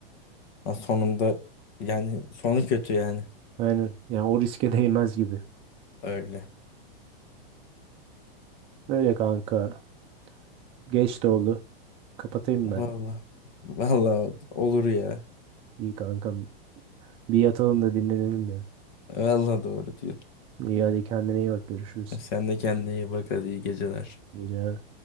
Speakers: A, on the left (about 50°); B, on the right (about 20°).
A: Ha, sonunda yani sonu kötü yani.
B: Aynen. Yani o riske <laughs> değmez gibi.
A: Öyle.
B: Öyle kanka. Geç de oldu. Kapatayım ben.
A: Vallahi. Vallahi olur ya.
B: İyi kankam. Bir yatalım da dinlenelim ya.
A: Vallahi doğru diyorsun.
B: İyi hadi kendine iyi bak. Görüşürüz.
A: Sen de kendine iyi bak hadi iyi geceler.
B: İyi geceler.